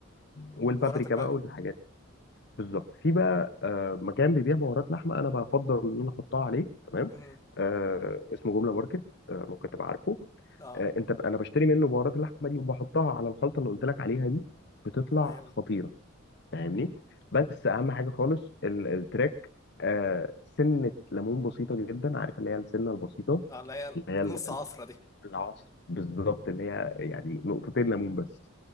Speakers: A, on the left (about 55°); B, on the left (about 15°).
A: والبابريكا
B: البهارات الباقية
A: بقى والحاجات بالظبط في بقى آه، مكان بيبيع بهارات لحمه انا بفضل ان انا احطها عليه تمام
B: امم
A: آه، اسمه جمله ماركت آه، ممكن تبقى عارفه
B: اه
A: آه، انت انا بشتري منه بهارات اللحمه دي وبحطها على الخلطه اللي قلت لك عليها دي بتطلع
B: تمام
A: خطيره فاهمني بس اهم حاجه خالص ال- التراك آه، سنه ليمون بسيطه جدا عارف اللي هي السنه البسيطه
B: اه اللي هي
A: اللي هي
B: نص عفرة دي
A: العصر بالظبط اللي هي يعني نقطتين ليمون بس